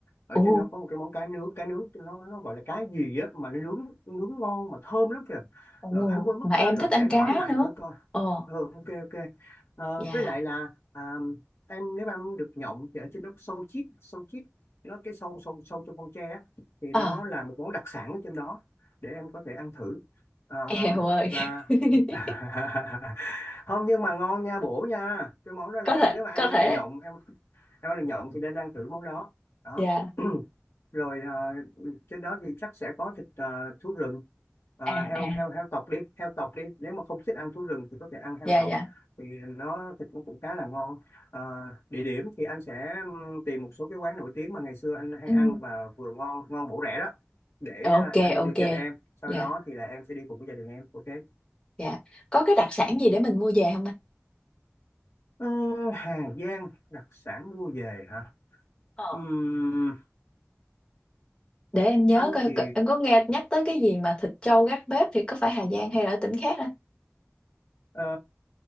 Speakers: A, on the left; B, on the left.
A: ở
B: Ồ,
A: trên đó có một cái món cá nướng cá nướng nó nó gọi là cá gì á mà nó nướng nướng ngon mà thơm lắm kìa
B: ồ,
A: Ờ, anh quên mất
B: mà em
A: tên rồi
B: thích ăn
A: để anh
B: cá
A: hỏi lại
B: nữa.
A: thử coi
B: Ồ,
A: Ừ, ok ok. Ờ,
B: dạ.
A: với lại là à, em nếu mà em được nhộng thì ở trên đó có sâu chít sâu chít nó cái sâu sâu sâu trong con tre á, thì
B: Ờ,
A: nó là một món đặc sản ở trên đó để em có thể ăn thử. Ờ,
B: eo ơi.
A: và
B: <laughs>
A: <laughs> không nhưng mà ngon nha, bổ nha. Cái món đó là
B: Có thể,
A: nếu mà em
B: có
A: ăn
B: thể.
A: được nhộng, em em ăn được nhộng thì nên ăn thử món đó. Đó.
B: Dạ.
A: <clears throat> rồi ờ, trên đó thì chắc sẽ có thịt ờ, thú rừng Ờ,
B: À,
A: heo
B: à.
A: heo heo tộc đi heo tộc đi nếu mà không thích ăn thú rừng thì có thể ăn heo
B: Dạ,
A: tộc
B: dạ.
A: thì nó thịt nó cũng khá là ngon Ờ, địa điểm thì anh sẽ tìm một số cái quán nổi tiếng mà ngày xưa anh hay
B: Ừ.
A: ăn và vừa ngon ngon bổ rẻ đó để
B: Ok,
A: ờ, anh
B: ok.
A: đưa cho em sau
B: Dạ,
A: đó thì là em sẽ đi cùng với gia đình em ok
B: dạ. Có cái đặc sản gì để mình mua về không anh?
A: Ờ, Hà Giang đặc sản mua về hả
B: Ờ.
A: Ừm,
B: để em nhớ
A: anh
B: coi
A: thì
B: coi- em có nghe nhắc tới cái gì mà thịt trâu gác bếp thì có phải Hà Giang hay là ở tỉnh khác á
A: Ờ,